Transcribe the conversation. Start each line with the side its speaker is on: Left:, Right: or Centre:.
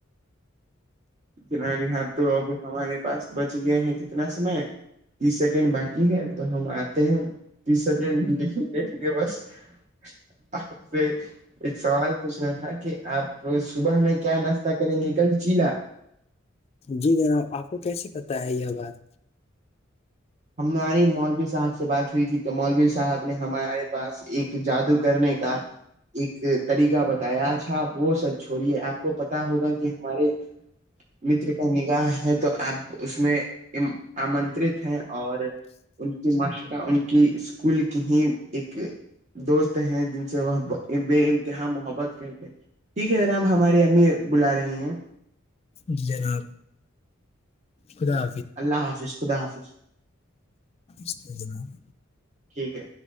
Right: جنا بھی ہاں تو اب ہمارے پاس بچ گئے ہیں کتنا سمے تیس سیکنڈ باقی ہے تو ہم آتے ہیں ت سب ل ل ل گے بسے ایک سوال پوچھنا تھا کہ آپ صبح میں کیا ناشتہ کریں گے کل چیلا
Left: جی جناب آپ کو کیسے پتا ہے یہ بات
Right: ہماری مولوی صاحب سے بات ہوئی تھی تو مولوی صاحب نے ہمارے پاس ایک جادو کرنے کا ایک طریقہ بتایا اچھا آپ وہ سب چھوڑیے آپ کو پتا ہوگا کہ ہمارے متر کا نگاہ ہے تو آپ اس میں آمنترت ہیں اور ان کی معاشرہ ان کی اسکول کی ہی ایک دوست ہیں جن سے وہ بے انتہا محبت کرتے ٹھیک ہے جناب ہماری امی بلا رہی ہیں
Left: جی جناب خدا
Right: یک ہے اللہ حافظ خدا حافظ
Left: ج جنا <unintelligible>
Right: ٹھیک ہے